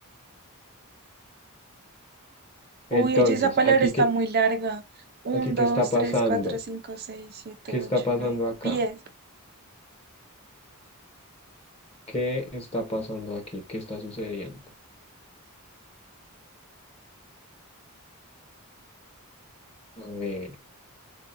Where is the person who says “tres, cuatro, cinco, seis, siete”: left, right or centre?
Right